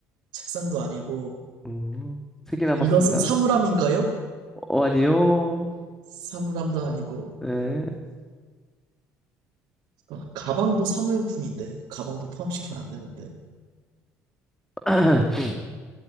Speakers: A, on the right (about 65°); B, in the centre.
A: 책상도 아니고,
B: 어, 세개 남았습니다.
A: 이것은 사물함인가요?
B: 어, 아니요.
A: 사물함도 아니고,
B: 네.
A: 그러니까 가방도 사무용품인데, 가방도 포함시키면 안 되는데.
B: <clears throat>